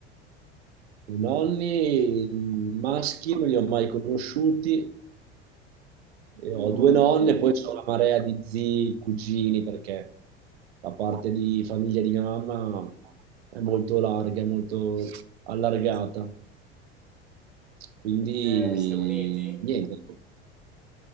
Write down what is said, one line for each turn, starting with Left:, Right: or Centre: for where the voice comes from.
Right: I nonni maschi non li ho mai conosciuti, Io ho due nonne, poi c'ho una marea di zii, cugini, perché la parte di famiglia di mia mamma è molto larga, è molto allargata. Quindi
Centre: Siete, siete uniti?
Right: niente.